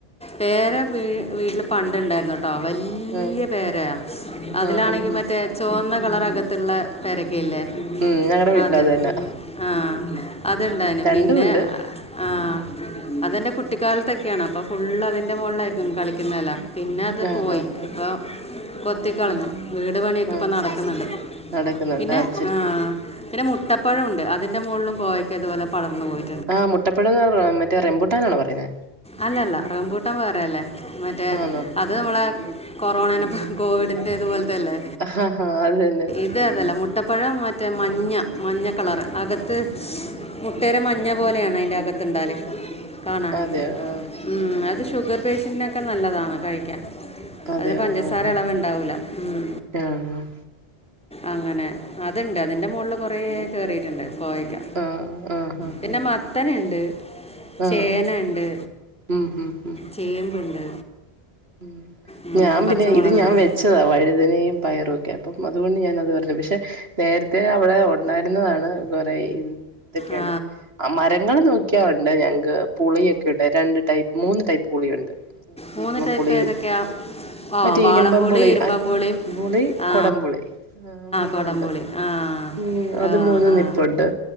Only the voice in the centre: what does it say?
വേറെ വീ വീട്ടില് പണ്ടെ ഉണ്ടായിരൂന്നു കേട്ട വല്ല്യ
പേരയ അതിലാണെങ്കി
മറ്റേ ചുവന്ന കളർ അകത്തുള്ള പേരക്കയില്ലേ
അതെ
ആഹ് അത്ണ്ടായിന്
പിന്നെ
ആഹ് അതെന്റെ കുട്ടിക്കാലത്തൊക്കെയാണ് അപ്പൊ ഫുള്ള് അതിന്റെ മോളിലായിരിക്കും കളിക്കുന്നയെല്ലാം പിന്നെ അത്
പോയി
ഇപ്പൊ കൊത്തിക്കളഞ്ഞു വീട് പണിയൊക്കെ
ഇപ്പ നടക്കുന്നുണ്ട്
പിന്നെ
ആഹ് പിന്നെ മുട്ടപ്പഴം ഉണ്ട് അതിൻ്റെ മോളിലും കോവയ്ക്ക ഇതുപോലെ പടർന്നു പോയി
അല്ലല്ല റപൂട്ടാൻ വേറെയല്ലേ മറ്റേ
അത് നമ്മളെ കൊറോണേനപ്പ കോവിഡിന്റെത് പോലത്തെയല്ലേ?
ഇത് അതല്ല മുട്ടപ്പഴം മറ്റേ മഞ്ഞ മഞ്ഞ കളർ അകത്ത് മുട്ടേര മഞ്ഞ പോലെയാണ് അതിന്റെ അകത്ത്ണ്ടാലേ കാണാൻ
ഉം
അത്
ഷുഗർ പേഷ്യന്റിനൊക്കെ നല്ലതാണ് കഴിക്കാൻ
അതിന് പഞ്ചസാര
ഇളവ്ണ്ടാവൂല മ്
അങ്ങനെ അതുണ്ട് അതിന്റെ മോളിൽ കൊറേ കേറിയിട്ടുണ്ട് കൊവയ്ക്ക
പിന്നെ മത്തനുണ്ട്
ചേന ഉണ്ട്
ചേമ്പുണ്ട്
ഉം,
പച്ചമുളകുണ്ട്
ആ
മൂന്ന്
ടൈപ്പ്
ഏതൊക്കെയാ ആ
വാളംപുളി
ഇരുമ്പമ്പുളിയും
ആ
കൊടംപുളി ആ
ആ
ആ